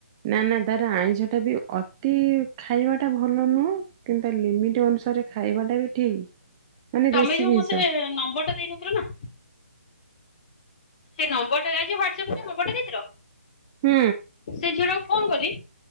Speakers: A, on the right; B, on the left.
A: ନା ନା ତାର ଆଇଁଷ ଟା ବି ଅତି ଖାଇବା ଟା ଭଲ ନୁହଁ କିନ୍ତୁ ତା ଲିମିଟ୍ ଅନୁସାରେ ଖାଇବାଟା ବି ଠିକ୍। ମାନେ
B: ତମେ
A: ଦେଶୀ
B: ଯୋଉ
A: ଜିନିଷ
B: ମତେ ନମ୍ବରଟା ଦେଇନଥିଲ ନା। ସେଇ ନମ୍ବରଟାରେ ଆଜି ହ୍ୟୁଟସ‌ଆପରେ ଯୋଉ ନମ୍ବରଟା ଦେଇଥିଲ।
A: ହୁଁ।
B: ସେ ଝିଅଟାକୁ ଫୋନ୍ କଲି।